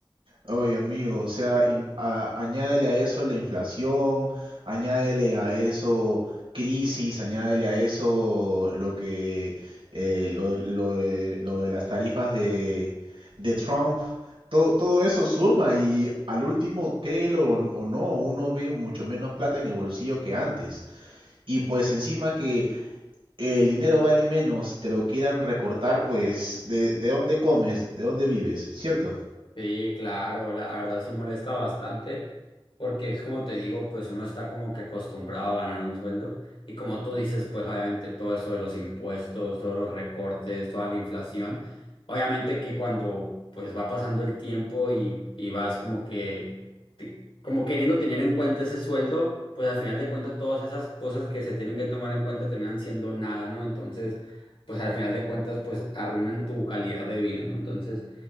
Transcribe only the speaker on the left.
Sí, claro, la la verdad sí molesta bastante, porque es como te digo, pues uno está como que acostumbrado a ganar un sueldo y como tú dices, pues obviamente todo eso de los impuestos, todos los recortes, toda la inflación, obviamente que cuando pues va pasando el tiempo y, y vas como que, te- como queriendo tener en cuenta ese sueldo, pues al final de cuentas todas esas cosas que se tienen que tomar en cuenta terminan siendo nada, ¿no? Entonces, pues al final de cuentas, pues arruinan tu calidad de vida, ¿no? Entonces...